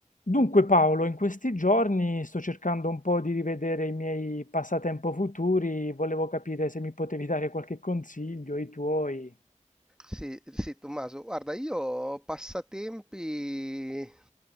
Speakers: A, on the left; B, in the centre.
A: Dunque Paolo, in questi giorni sto cercando un po' di rivedere i miei passatempo futuri, volevo capire se mi potevi dare qualche consiglio, i tuoi.
B: Sì, sì, Tommaso, guarda, io passatempi